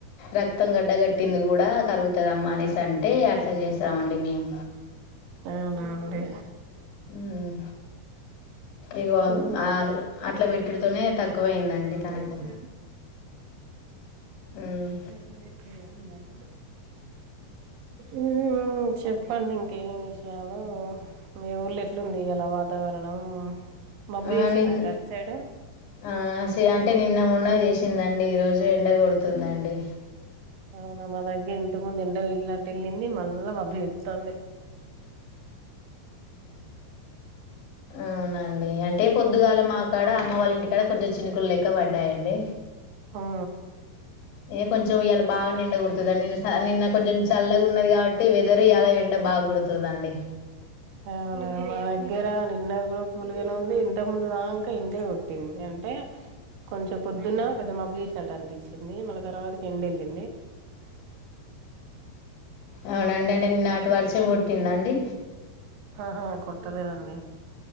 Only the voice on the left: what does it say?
రక్తం గడ్డ కట్టింది కూడా కరుగు వస్తదమ్మ అనేసి అంటే అట్లా చేసామండి మేము
మ్మ్ ఇగో
ఆ అట్లా పెట్టుడుతోనే తక్కువయిందండి తనకు
మ్మ్
ఆ
నిన్
ఆ శి టే నిన్న మొన్న చేసిందండి, ఈ రోజు ఎండ కొడుతుందండి.
అవునా అండి అంటే పొద్దుగాల మా కాడ అమ్మ వాళ్ళ, ఇంటికాడ కొంచెం చినుకులు లెక్క పడ్డాయండి.
ఏ కొంచెం ఇయల్ వ్ బాగా నిండ గొడుతదిదన్ నిన్న నిన్న కొంచెం చల్లగా ఉన్నది, కాబట్టి వెదర్ ఇయాలా ఎండ బాగా కుడుతుందండి.
అవునండి అంటే నిన్న అటు వర్షం కొట్ ట్టిందండి